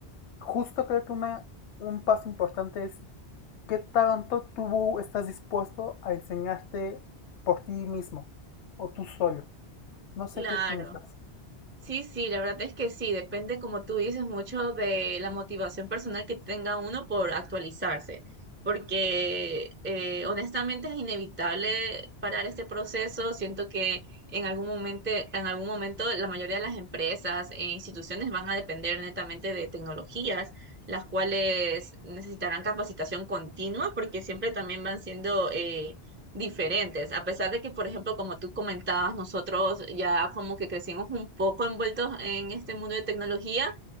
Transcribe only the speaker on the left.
justo creo que una, un paso importante es qué tanto tú estás dispuesto a enseñarte por ti mismo o tú solo. No sé
qué piensas.